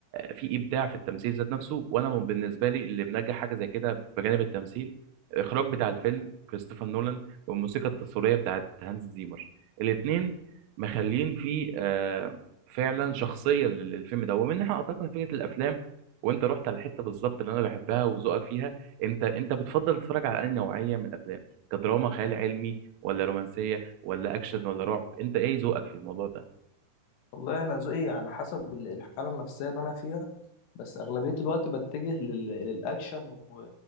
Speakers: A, on the right; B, on the left.
A: في ابداع في التمثيل ذات نفسه وانا من- بالنسبه لي اللي منجح حاجه زي كده بجانب التمثيل الاخراج بتاع الفيلم كريستوفر نولان والموسيقى التصويريه بتاعت هانز زيمر الاثنين مخلين فيه آه، فعلا شخصيه لل- للفيلم ده ومن ناحيه اعتقد فكره الافلام وانت رحت على الحته بالظبط اللي انا بحبها وذوقك فيها انت انت بتفضل تتفرج على انهي نوعيه من الافلام كدراما خيال علمي ولا رومانسيه ولا اكشن ولا رعب انت ايه ذوقك في الموضوع ده
B: والله أنا ذوقي على حسب ال- الحالة النفسية اللي أنا فيها بس أغلبية الوقت بتجه لل... للأكشن و...